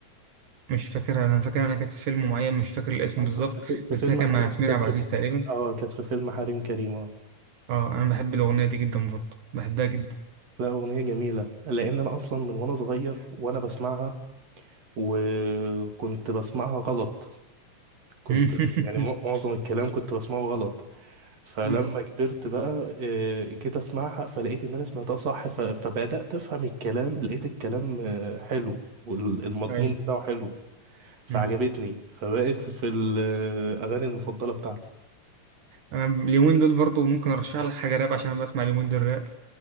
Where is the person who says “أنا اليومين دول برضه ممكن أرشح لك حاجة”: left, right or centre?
Right